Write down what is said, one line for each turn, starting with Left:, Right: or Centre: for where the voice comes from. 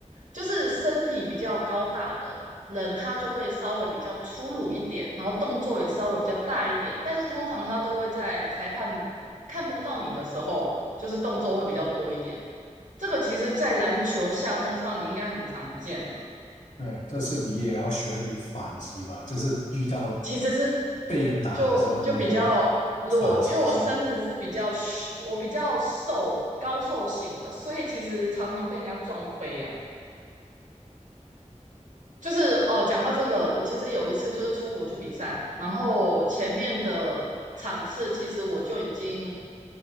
Right: 就是身体比较高大的人，他就会稍微比较粗鲁一点，然后动作也稍微比较大一点，但是通常他都会在裁判看不到你的时候，就是动作会比较多一点。这个其实，在篮球项目上你应该很常见啊，
Left: 对啊，但是你也要学会反击吧，就是遇到
Right: 其实是
Left: 被人打的时候，
Right: 就就比较弱，
Left: 你也要反击一下。
Right: 因为我身子是比较虚我比较瘦高瘦型的，所以其实常常被人家撞飞啊。就是哦，讲到这个，我其实有一次就是出国去比赛嘛，然后前面的场次其实我就已经